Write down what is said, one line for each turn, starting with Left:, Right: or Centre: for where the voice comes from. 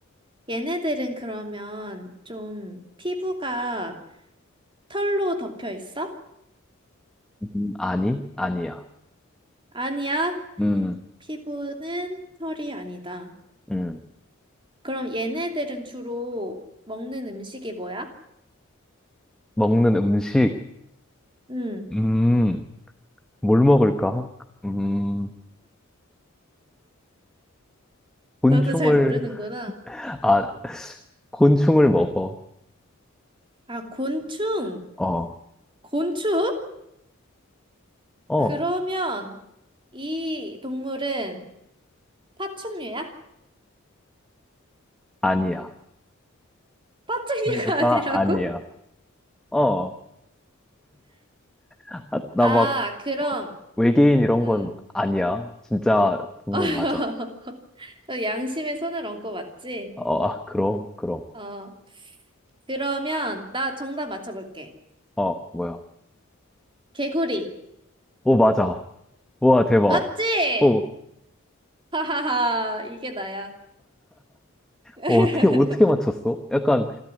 Right: 얘네들은 그러면 좀 피부가 털로 덮여 있어?
Centre: 음, 아니, 아니야.
Right: 아니야.
Centre: 음,
Right: 피부는 털이 아니다.
Centre: 음,
Right: 그럼 얘네들은 주로 먹는 음식이 뭐야?
Centre: 먹는 음식,
Right: 응,
Centre: 음, 뭘 먹을까? 음, 곤충을,
Right: 너도 잘 모르는구나.
Centre: <laughs> 아, 곤충을 먹어.
Right: 아, 곤충!
Centre: 어,
Right: 곤충?
Centre: 어,
Right: 그러면 이 동물은 파충류야?
Centre: 아니야.
Right: 파충류가
Centre: 종류가
Right: <laughs> 아니라고?
Centre: 아니야. 어, 아, 나막
Right: 아, 그럼,
Centre: 어, 외계인 이런
Right: 응.
Centre: 건 아니야. 진짜 동물
Right: <laughs>
Centre: 맞아.
Right: 양심에 손을 얹고 맞지?
Centre: 어, 아, 그럼, 그럼.
Right: 어, 그러면 나 정답 맞춰볼게.
Centre: 어, 뭐야.
Right: 개구리.
Centre: 오, 맞아. 우와, 대박.
Right: 맞지?
Centre: 어, 어,
Right: <laughs> 하하하, 이게 나야. <laughs>
Centre: 어떻게, 어떻게 맞췄어? 약간,